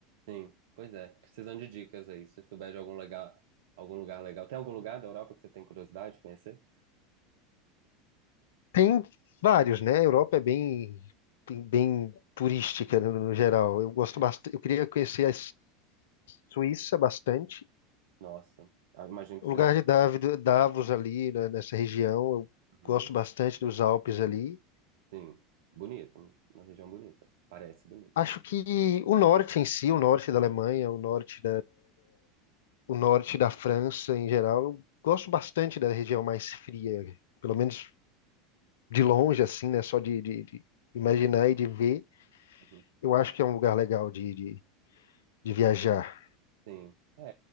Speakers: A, on the right (about 60°); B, on the left (about 60°).
A: Sim, pois é. Precisando de dicas aí. Se souber de algum lugar, algum lugar legal. Tem algum lugar da Europa que você tem curiosidade de conhecer?
B: Tem vários, né? A Europa é bem, bem bem turística no, no geral. Eu gosto
A: Sim.
B: bastante, eu queria conhecer a Suíça bastante.
A: Nossa, ah, imagino que
B: O
A: seja.
B: lugar de Davi- Davos ali, né, nessa região, eu
A: Uhum.
B: gosto bastante dos Alpes ali.
A: Sim, bonito, uma região bonita. Parece bonita.
B: Acho que o norte em si, o norte da Alemanha, o norte o norte da França em geral. Eu gosto bastante da região mais fria, pelo menos de longe, assim, né? Só de, de- de imaginar e de ver.
A: Uhum.
B: Eu acho que é um lugar legal de, de, de viajar.
A: Sim, é,